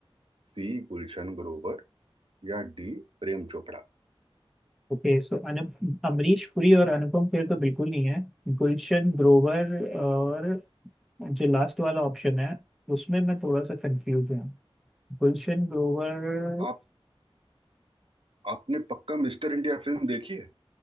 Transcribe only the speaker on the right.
C Gulshan Grover या डी प्रेम चोपड़ा
आप आपने पक्का मिस्टर इंडिया फिल्म देखी है